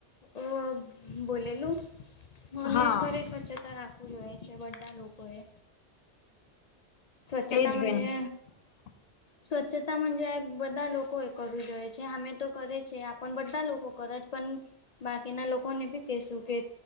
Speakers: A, on the left; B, on the left.
A: ઓ બોલેલુ, મને
B: હા
A: ખરે સ્વચ્છતા રાખવું જોઈએ છે, બધા લોકો એ સ્વચ્છતા
B: તેજ
A: મજે
B: બેન <inaudible>
A: સ્વચ્છતા મજ બધા લોકો એ કરવું જોઈએ છે જે અમે તો કરે છીએ આપણ બધા લોકો કરજ પણ બાકીના લોકોને બી કશું કે,